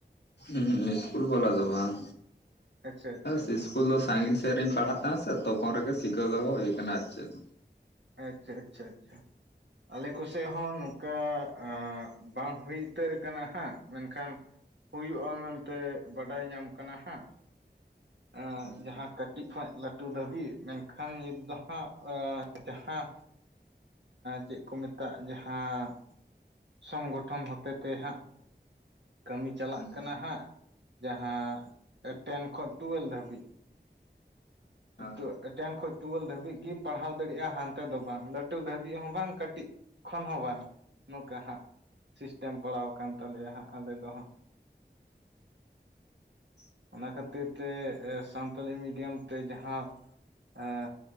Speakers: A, on the left; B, on the right.
A: ᱩᱦᱩᱜ ᱤᱥᱠᱩᱞ ᱵᱟᱞᱟ ᱫᱚ ᱵᱟᱝ
B: ᱟᱪᱪᱷᱟ ᱟᱪᱪᱷᱟ
A: <inaudible> ᱥᱠᱩᱞ ᱫᱚ ᱥᱟᱺᱜᱤᱧ ᱥᱮᱫ ᱨᱮᱤᱧ ᱯᱟᱲᱦᱟᱜ ᱛᱟᱦᱮᱸ ᱥᱮ ᱛᱚᱠᱷᱚᱱ ᱨᱮᱜᱮ ᱥᱤᱠᱟᱹᱣ ᱫᱚᱦᱚ ᱦᱩᱭ ᱟᱠᱟᱱᱟ ᱟᱨ ᱪᱮᱫ᱾
B: ᱟᱪᱪᱷᱟ ᱟᱪᱪᱷᱟ ᱟᱪᱷᱟ ᱟᱞᱮ ᱠᱚᱥᱮᱫ ᱦᱚᱸ ᱱᱚᱝᱠᱟ ᱟᱜ ᱵᱟᱝ ᱦᱩᱭ ᱩᱛᱟᱹᱨ ᱠᱟᱱᱟ ᱦᱟᱸᱜ ᱢᱮᱱᱠᱷᱟᱱ ᱦᱩᱭᱩᱜᱼᱟ ᱢᱮᱱᱛᱮ ᱵᱟᱰᱟᱭ ᱧᱟᱢ ᱠᱟᱱᱟ ᱦᱟᱜ᱾ ᱮᱸᱜ
A: ᱦᱩᱸ
B: ᱡᱟᱦᱟᱸ ᱠᱟᱹᱴᱤᱡ ᱠᱷᱚᱱ ᱞᱟᱹᱴᱩ ᱫᱷᱟᱹᱵᱤᱡ ᱢᱮᱱᱠᱷᱟᱱ ᱱᱤᱛ ᱫᱚ ᱦᱟᱸᱜ ᱮᱸᱻ ᱡᱟᱦᱟᱸ ᱪᱮᱫ ᱠᱚ ᱢᱮᱛᱟᱜ ᱡᱟᱦᱟᱸ ᱥᱚᱝᱜᱚᱴᱷᱚᱱ ᱦᱚᱛᱮ ᱛᱮ ᱦᱟᱸᱜ, ᱠᱟᱹᱢᱤ ᱪᱟᱞᱟᱜ
A: ᱦᱩᱸ
B: ᱠᱟᱱᱟ ᱦᱟᱸᱜ᱾ ᱡᱟᱦᱟᱸ ᱴᱮᱱ ᱠᱷᱚᱡ ᱴᱩᱣᱮᱞ ᱫᱷᱟᱹᱵᱤᱡ᱾
A: ᱦᱟᱸ
B: ᱛᱚ ᱴᱮᱱ ᱠᱷᱚᱡ ᱴᱩᱣᱮᱞ ᱫᱷᱟᱹᱵᱤᱡ ᱜᱤ ᱯᱟᱲᱦᱟᱣ ᱫᱟᱲᱮᱭᱟᱜᱼᱟ ᱦᱟᱱᱛᱮ ᱫᱚ ᱵᱟᱝ᱾ ᱞᱟᱹᱴᱩ ᱫᱷᱟᱹᱵᱤᱡ ᱦᱚᱸ ᱵᱟᱝ᱾ ᱠᱟᱹᱴᱤᱡ ᱠᱷᱚᱱ ᱦᱚᱸ ᱵᱟᱝ᱾ ᱚᱱᱠᱟ ᱦᱟᱸᱜ, ᱥᱤᱥᱴᱮᱢ ᱯᱟᱲᱟᱣ ᱟᱠᱟᱱ ᱛᱟᱞᱮᱭᱟ ᱦᱟᱸᱜ, ᱟᱞᱮ ᱫᱚ ᱦᱟᱸᱜ᱾
A: <inaudible>
B: ᱚᱱᱟ ᱠᱷᱟᱹᱛᱤᱨ ᱛᱮ ᱮ ᱥᱟᱱᱛᱟᱞᱤ ᱢᱤᱰᱤᱭᱟᱢ ᱛᱮ ᱡᱟᱦᱟᱸ ᱟ